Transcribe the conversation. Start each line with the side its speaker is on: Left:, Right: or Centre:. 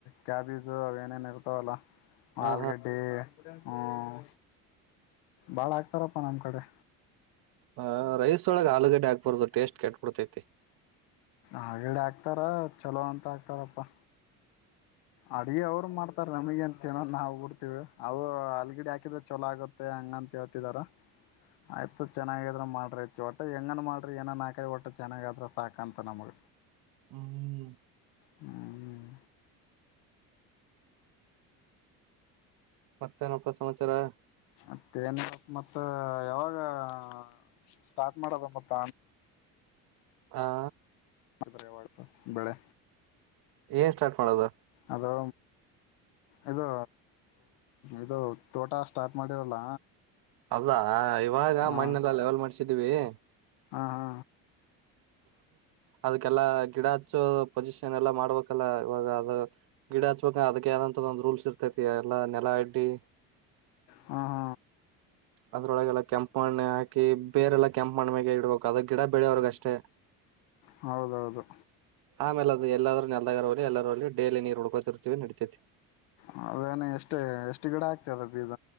Left: ಕ್ಯಾಬೀಜು ಅವ ಏನೇನು ಇರ್ತಾವಲ್ಲ
Right: ಹ
Left: ಆಲೂಗಡ್ಡಿ ಹ್ಮ್ <inaudible> ಬಾಳ ಹಾಕ್ತಾರಪ್ಪಾ ನಮ್ ಕಡೆ
Right: ಹಾ ರೈಸ್ ಒಳಗೆ ಆಲೂಗಡ್ಡೆ ಹಾಕ್ಬಾರ್ದು ಟೇಸ್ಟ್ ಕೆಟ್ಬಿಡ್ತೈತಿ
Left: ಆಲೂಗಡ್ಡೆ ಆಕ್ತಾರ ಚಲೋ ಅಂತ ಆಕ್ತಾರಪ್ಪ ಅಡಿಗೆ ಅವರು ಮಾಡ್ತಾರ ನಮ್ಮಗೇನು ತಿನ ನಾವು ಬಿಡ್ತಿವಿ ಅವು ಆಲೂಗಡ್ಡೆ ಹಾಕಿದ್ರ ಚೊಲೋ ಆಗುತ್ತೆ ಹಂಗಂತ ಹೇಳ್ತಿದಾರ ಆಯ್ತು ಚೆನ್ನಾಗಿದ್ರ ಮಾಡ್ರಿ ಒಟ್ಟೆ ಹೆಂಗನ್ ಮಾಡ್ರಿ ಏನನ್ ಹಾಕ್ರಿ ಒಟ್ಟೆ ಚೆನ್ನಾಗ ಆದ್ರ ಸಾಕಂತ ನಮಗ
Right: ಹ್ಮ್
Left: ಹ್ಮ್
Right: ಮತ್ತೇನಪ್ಪಾ ಸಮಾಚಾರ
Left: ಮತ್ತೆ ನಪ್ಪ ಮತ್ತ ಯಾವಾಗ <inaudible> ಸ್ಟಾರ್ಟ್ ಮಾಡದ ಮತ್ತ
Right: ಹಾ
Left: <unintelligible> ಬೆಳೆ
Right: ಏನ್ ಸ್ಟಾರ್ಟ್ ಮಾಡೋದು
Left: ಅದು ಇದು ಇದು ತೋಟ ಸ್ಟಾರ್ಟ್ ಮಾಡಿರಲ್ಲ
Right: ಅಲ್ಲಾ ಇವಾಗ
Left: ಹಾ
Right: ಮಣ್ಣೆಲ್ಲ ಲೆವೆಲ್ ಮಾಡ್ಸ <unintelligible>
Left: ಹಾ ಹಾ
Right: ಅದಕ್ಕೆಲ್ಲಾ ಗಿಡ ಹಚ್ಚೋ ಪೊಸಿಷನ್ ಎಲ್ಲಾ ಮಾಡ್ಬೇಕಲ್ಲ ಇವಾಗ ಅದ ಗಿಡ ಹಚ್ಬೇಕ ಅದಕ್ಕೆ ಏನಂತ ಒಂದ್ ರೂಲ್ಸ್ ಇರ್ತೈತಿ ಎಲ್ಲಾ ನೆಲ ಅಡ್ಡಿ
Left: ಹಾ ಹಾ
Right: ಅದ್ರೊಳಗೆಲ್ಲ ಕೆಂಪ ಮಣ್ಣೆ ಹಾಕಿ ಬೇರೆಲ್ಲಾ ಕೆಂಪ್ ಮಣ್ಣ್ಮ್ಯಾಗ ಇಡ್ಬೇಕು ಅದು ಗಿಡ ಬೆಳೆಯವ್ರಗೆ ಅಷ್ಟೇ
Left: ಹೌದೌದು
Right: ಆಮೇಲೆ ಅದು ಎಲ್ಲಾದ್ರೂ ನೆಲ್ದಾಗರಲಿ ಎಲ್ಲರಲ್ಲಿ ಡೈಲಿ ನೀರ್ ಹುಡ್ಕೋತಿರ್ತೀವಿ ನಡಿತೈತಿ
Left: ಹೌದೇನು ಎಷ್ಟೇ ಎಷ್ಟು ಗಿಡ ಆಕ್ತ <unintelligible> ಬೀಜ